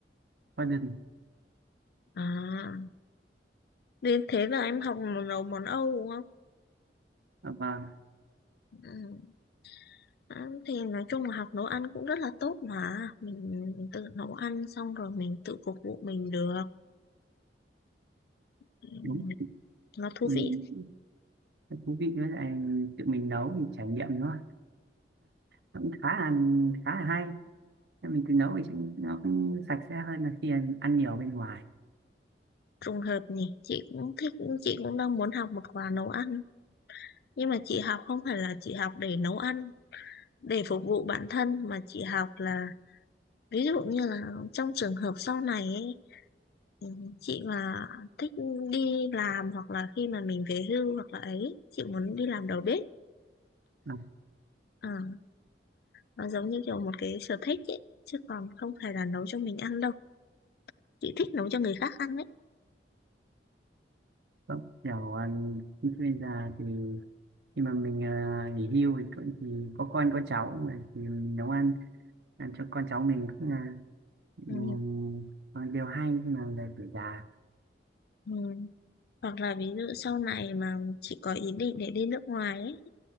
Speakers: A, on the right (about 65°); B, on the left (about 60°).
A: Gordon
B: à vì thế là em học nấu món Âu đúng không
A: Ờ, vâng
B: ừ. À, thì nói chung là học nấu ăn cũng rất là tốt mà mình, mình tự nấu ăn xong rồi mình tự phục vụ mình được Ừ,
A: đúng
B: nó thú
A: Ừm,
B: vị
A: thú vị với lại tự mình nấu thì trải nghiệm nữa cũng khá là khá là hay Nên mình tự nấu thì trông nó cũng sạch sẽ hơn là khi ăn ăn nhiều bên ngoài
B: trùng hợp nhỉ chị cũng thích chị cũng đang muốn học một khóa nấu ăn nhưng mà chị học không phải là chị học để nấu ăn để phục vụ bản thân mà chị học là ví dụ như là trong trường hợp sau này ấy, ừ, chị mà thích đi làm hoặc là khi mà mình về hưu hoặc là ấy chị muốn đi làm đầu bếp
A: Vâng,
B: à, nó giống như kiểu một cái sở thích ấy chứ còn không phải là nấu cho mình ăn đâu chị thích nấu cho người khác ăn đấy
A: vâng. kiểu um, khi bây giờ thì khi mà mình ờ, nghỉ hưu thì, cũng- thì có con có cháu mà thì mình nấu ăn ăn cho con cháu mình cũng là
B: ừ,
A: um, ờ, điều hay nhưng mà về tuổi già
B: ừ. hoặc là ví dụ sau này mà chị có ý định để đi nước ngoài ấy